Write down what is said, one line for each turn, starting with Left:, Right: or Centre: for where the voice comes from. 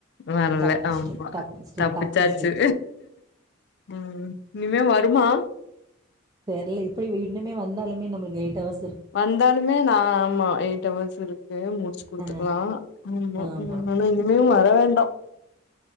Left: வரலை
Right: தப்பிச்சுட்டு
Left: ஆமா
Right: தப்பிச்சுட்டு
Left: தப்பிச்சாச்சு
Right: தப்பிச்சுட்டு
Left: உம் இனிமே வருமா
Right: தெரியல இப்படி இன்னுமே வந்தாலுமே நம்ம எயிட்ஹவர்ஸ்
Left: வந்தாலுமே நான் ஆமா எயிட்ஹவர்ஸ் இருக்கு முடிச்சு குடுத்துக்கலாம்
Right: ஆ ஆமா
Left: உம் ஆனா இனிமே வர வேண்டாம்